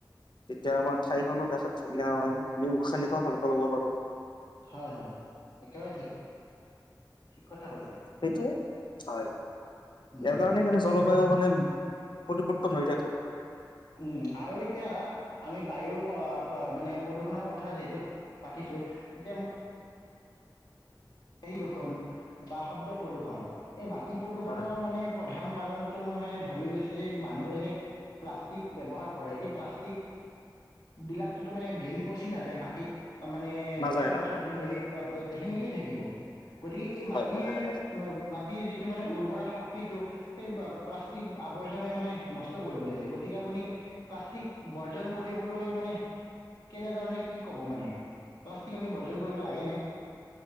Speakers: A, on the left (about 70°); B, on the left (about 55°).
A: তেতিয়া আমাৰ ঠাইখনো দেখাত ধুনীয়া হয় আমি উশাহ নিশাহ ভালকে ল'ব পাৰো।
B: হয় হয় একেবাৰে ঠিক ঠিক কথা কৈছে।
A: সেইটোয়ে হয় ইয়াৰ
B: উম উম
A: কাৰণে কিন্তু জলবায়ু মানে প্ৰতিপৰ্তন হৈ থাকে।
B: উম আৰু এতিয়া আমি বায়ুৰ মানে প্ৰদূষণৰ কথা যিহেতু পাতিছো এতিয়া ম প্ৰদূষণ বা শব্দ প্ৰদূষণ, এই মাটি প্ৰদূষণৰ
A: হয়
B: মানে প্ৰধান কাৰণটো মই মানে ভাবি ওলাইছো যে মানুহে যে প্লাষ্টিক ব্যৱহাৰ কৰে এই প্লাষ্টিক বিলাকটোতো মানে গেলি পচি নাযায় মাটিত মানে
A: নাযায়
B: বছৰ
A: নাযায়
B: বছৰ
A: নাযায়
B: দিন ধৰি
A: হয়
B: পা পা সেনেকেই থাকিব। গতিকে এই মাটিৰ
A: হয় হয়।
B: মাটিৰ যি মানে উৰ্বৰা শক্তিটো সেই প্লাষ্টিক আৱৰ্জনাই মানে নষ্ট কৰিব পেলাইছে গতিকে আপুনি প্লাষ্টিক বৰ্জন কৰিবলৈ মানে কেনেধৰণে কি ক'ব মানে, প্লাষ্টিক আমি বৰ্জন কৰিব লাগেনে?